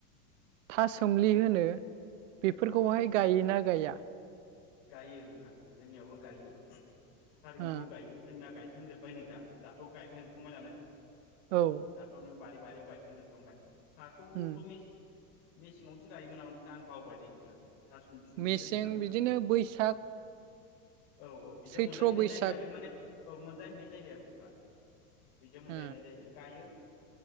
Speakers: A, on the right (about 55°); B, on the left (about 50°).
A: था सोमलि होनो
B: औ
A: बेफोरखौहाय
B: औ
A: गायोना गाया?
B: गायो नोंथां जोंनियावबो गायो, थारुनखौ
A: ओ
B: गायो जोंना गाय खांजोब्बाय नै दा दाथ' गायखांजोबखांबाय नालाय
A: औ
B: दाथ' नों बारि बारि याव गायखांजोबखांबाय।। हाखौथ'
A: उम
B: मेस मेसेङावसो गायोमोन नामाथाय आं बावबायदै थाखो। था सुम सुम्लिखौ
A: मेसें
B: होनदोंदा नोंथाङा?
A: बिदिनो बैसाग
B: औ औ बिदियाव
A: सैथ्र'
B: मोनजाहैनाय
A: बैसाग
B: जायो आरो माने औ मोनजाहैनाय जायो आरो बुस्थुआ बिदियाव मोनजाहैनाय
A: ओ
B: जायो गायो।